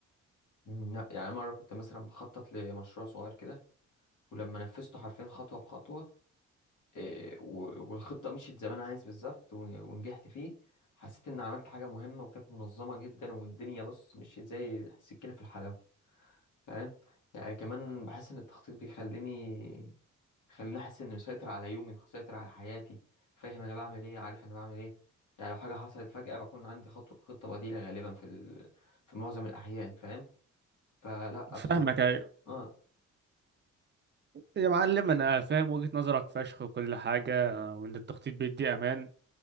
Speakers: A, on the left; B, on the right.
A: مم، لا يعني مره كنت مثلا بخطط لمشروع صغير كده ولما نفذته حرفيا خطوه بخطوه إيه، و- والخطة مشيت زي ما أنا عايز بالظبط ون- ونجحت فيه حسيت إن عملت حاجة مهمة وكانت منظمة جدا والدنيا بص مشيت زي السكينة في الحلاوة فاهم يعني كمان بحس إن التخطيط بيخليني خليني أحس إني مسيطر على يومي مسيطر على حياتي فاهم أنا بعمل إيه عارف أنا بعمل إيه يعني لو حاجة حصلت فجأة بكون عندي خطوة خطة بديلة غالبا في ال... في معظم الأحيان فاهم فلا
B: فاهمك
A: بصراحة
B: ايوه
A: آه.
B: يا معلم انا فاهم وجهة نظرك فشخ وكل حاجة وان التخطيط بيدي امان